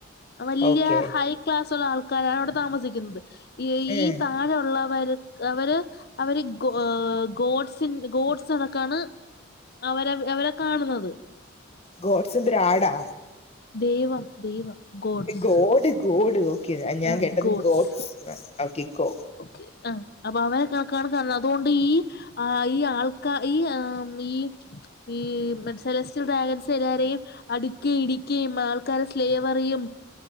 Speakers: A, on the left; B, on the left.
A: വലിയ
B: ഓക്കെ
A: ഹൈ ക്ലാസ് ഉള്ള ആൾക്കാരാണ് അവടെ താമസിക്കുന്നത്
B: ഉം
A: ഈ താഴെ ഉള്ളവർ അവര് അവര് ഗോ ഗോഡ്സി ഗോഡ്സ് എന്നൊക്കെയാണ് അവരെ അവരെ കാണുന്നത്
B: ഗോട്സ്ന്ദ്ര ആടാ
A: ദൈവം ദൈവം ഗോട്സ്
B: ഗോഡ് ഗോഡ് ഓക്കെ ഞാൻ
A: ആഹ്
B: കേട്ടത്
A: gods
B: gods okay go
A: okay ആ അപ്പൊ അവരെ കണക്കണ അതുകൊണ്ട് ഈ ആ ഈ ആൾക്കാ ഈ ആ ഈ ഈ മ സെലസ്റ്റൽ ഡ്രാഗൻസ് എല്ലാവരെയും അടിക്കേ ഇടി ആൾക്കാരെ സ്ലേവറും